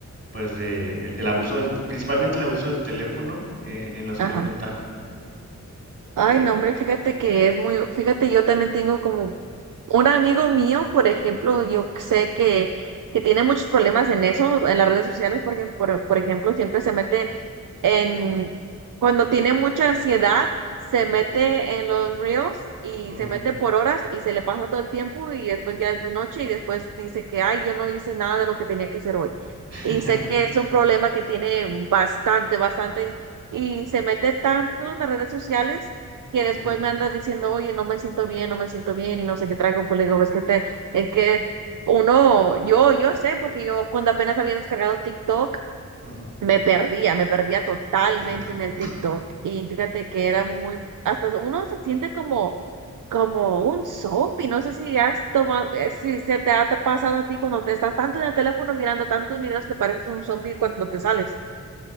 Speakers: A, on the right (about 55°); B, on the right (about 80°).
A: pues, de el, el abuso del, principalmente el abuso del teléfono en, en la salud
B: Ajá.
A: mental.
B: Ay, no, hombre, fíjate que es muy, fíjate, yo también tengo como un amigo mío, por ejemplo, yo sé que, que tiene muchos problemas en eso, en las redes sociales, porque, por, por ejemplo, siempre se mete en, cuando tiene mucha ansiedad, se mete en los ríos y
A: Ujú,
B: se mete por horas y se le pasa todo el tiempo y después ya es de noche y después dice que, ay, yo no hice nada de lo que tenía que hacer hoy.
A: <laughs>
B: Y sé que es un problema que tiene bastante, bastante y se mete tanto en las redes sociales. que después
A: ujú,
B: me anda diciendo, oye, no me siento bien, no me siento bien, y no sé qué traigo, pues le digo, es que te, es que uno, yo, yo sé, porque yo cuando apenas había descargado TikTok,
A: ujú.
B: me perdía, me perdía totalmente
A: <clears throat>
B: en el TikTok. Y fíjate que era muy, hasta uno se siente como, como un zombie. No sé si has tomado, eh, si se te ha te pasado a ti cuando te estás tanto en el teléfono mirando tantos videos que pareces un zombie cuando te sales.